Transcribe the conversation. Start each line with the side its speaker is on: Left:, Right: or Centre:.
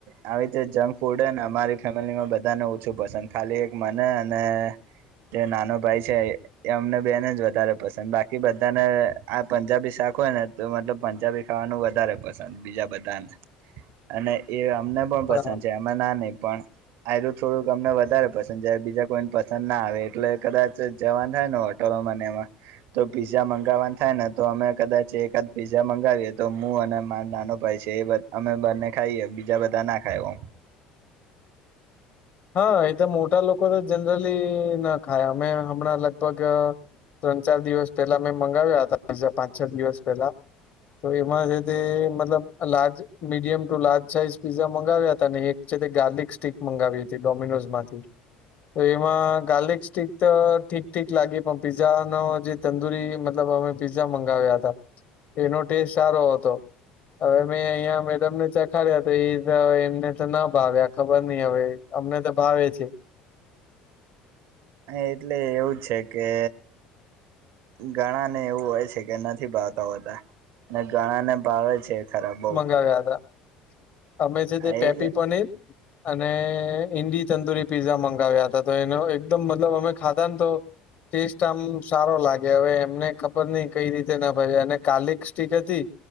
Right: આવી રીતે જંક ફૂડને અમારી ફેમિલી મા બધાને ઓછું પસંદ ખાલી એક મને અને જે નાનો ભાઈ છે એ અમને બેને જ વધારે પસંદ બાકી બધાને આ પંજાબી શાક હોય ને તો મતલબ પંજાબી ખાવાનું વધારે પસંદ બીજા બધાને અને એ અમને પણ
Left: બરાબર.
Right: પસંદ છે એમાં ના નહી પણ આયરુ થોડુંક અમને વધારે પસંદ છે બીજા કોઈને પસંદ ના આવે એટલે કદાચ જવાનું થાય ને હોટલોમાંને એમાં તો પીઝા મંગાવવા થાય ને તો અમે કદાચ એકાદ પીઝા મંગાવીએ તો હું અને મારો નાનો ભાઈ છે એ અમે બને ખાઈએ બીજા બધા ના ખાય
Left: હા એ તો મોટા લોકો તો જનરલી ના ખાય અમે હમણાં લગભગ ત્રણ ચાર દિવસ પેલા મેં મંગાવ્યા હતા પીઝા પાંચ છ દિવસ પહેલા તો એમાં જે તે મતલબ large medium to large size pizza મંગાવ્યા હતા ને એક છે તે ગાર્લિક સ્ટીક મંગાવી હતી ડોમિનોઝ માંથી તો એમાં ગાર્લિક સ્ટીક તો ઠીક ઠીક લાગી પણ પીઝા નો જે તંદુરી મતલબ અમે પીઝા મંગાવ્યા હતા તેનો ટેસ્ટ સારો હતો હવે મેં અહીયા મેડમને ચખાડ્યા તો એ એમને તો ના ભાવ્યા ખબર નઈ હવે અમને તો ભાવે છે
Right: અ એટલે એવું છે કે ઘણા ને એવું હોય છે કે નથી ભાવતા હોતા ને ઘણા ને ભાવે છે ખરાબ બઉ
Left: તા અમે છે તે
Right: એજ
Left: પેપી પો નઈ અને ઈન્ડી તંદુરી પીઝા મંગાવ્યા હતા તો એનો એકદમ મતલબ અમે ખાતાા ને તો ટેસ્ટ આમ સારો લાગે હવે એમને ખબર નઈ કઈ રીતે ના ભાવે અને ગારલીક સ્ટીક હતી